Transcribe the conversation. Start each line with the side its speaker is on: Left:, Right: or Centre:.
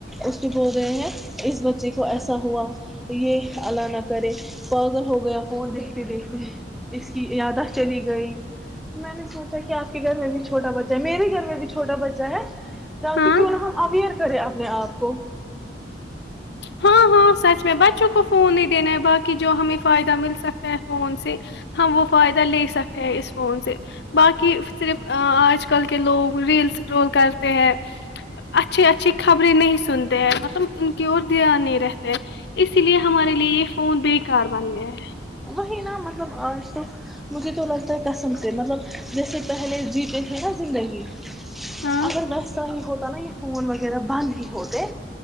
Centre: اس کے بول گئے ہیں اس بچے کو ایسا ہوا یہ اللہ نہ کرے پاگل ہو گیا فون دیکھ دیکھتے اس کی یادہ چلی گئی میں نے سوچا کہ آپ کے گھر میں بھی چھوٹا بچہ ہے میرے گھر میں بھی چھوٹا بچہ ہے تک
Left: ہاں
Centre: کی نہ ہم اویئر کرے اپنے آپ کو
Left: ہاں ہاں سچ میں بچوں کو فون نہیں دینا ہے باقی جو ہمیں فائدہ مل سکتا ہے فون سے ہم وہ فائدہ لے سکتے ہیں اس فون سے باقی صرف آج کل کے لوگ ریل اسکرول کرتے ہیں اچھی اچھی خبریں نہیں سنتے ہیں مطلب ان کی اور دھیان نہیں رہتا ہے اسی لیے ہمارے لیے یہ فون بیکار بن گیا ہے
Centre: وہی نا مطلب آج تو مجھے تو لگتا ہے کسم سے مطلب جیسے پہلے جیتے تھے نا زندگی
Left: ہاں
Centre: اگر ن اسس سو ہوتا نا یہ فون وغیرہ بند ہی ہوتے